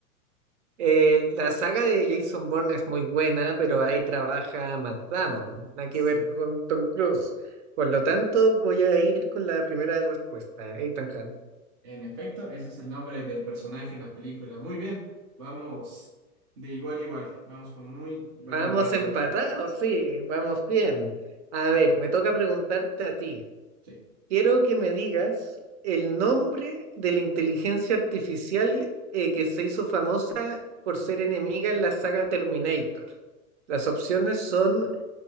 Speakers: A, on the right; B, on the right.
A: Eh, la saga de Jason Bourne es muy buena, pero ahí trabaja Matt Damon, nada que
B: Sí.
A: ver con Tom Cruise. Por lo tanto, voy a ir con la primera respuesta, Ethan Hunt.
B: En efecto, ese es el nombre del personaje en la película. Muy bien, vamos de igual a igual, vamos con muy buena
A: Vamos
B: racha.
A: empatados, sí, vamos bien. A ver, me toca preguntarte a ti.
B: Sí.
A: Quiero que me digas el nombre de la inteligencia artificial eh, que se hizo famosa por ser enemiga en la saga Terminator. Las opciones son